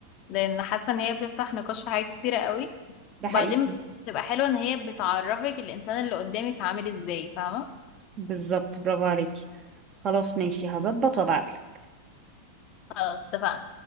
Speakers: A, on the left (about 40°); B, on the right (about 30°).
A: لان حاسة ان هي بتفتح نقاش في حاجات كتيرة قوي
B: ده
A: وبعدين
B: حقيقي
A: بتبقى حلوة ان هي بتعرفك الانسان اللي قدامك عامل ازاي فاهمة
B: بالظبط برافو عليكي خلاص ماشي هظبط وابعتلك
A: خلاص اتفقنا